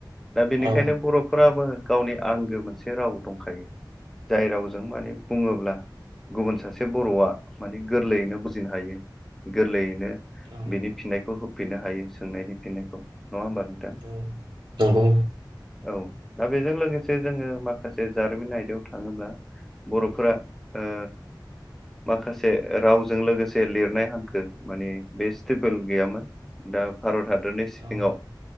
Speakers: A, in the centre; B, on the right (about 85°).
A: दा बेनिखायनो
B: औ
A: बर'फोराबो गावनि आंगो मोनसे राव दंखायो जाय रावजों माने बुङोब्ला गुबुन सासे बर'आ माने गोरलैयैनो बुजिनो हायो गोरलैयैनो
B: औ
A: बेनि फिननायखौ होफिननो हायो सोंनायनि फिनायखौ नङा होमबा नोंथां
B: औ नंगौ
A: औ दा बेजों लोगोसे जोङो माखासे जारिमिन आयदायाव थाङोब्ला बर'फोरा ओ माखासे रावजों लोगोसे लिरनाय हांखो माने बे स्टेबोल गैयामोन दा भारत हादरनि सिङाव
B: औ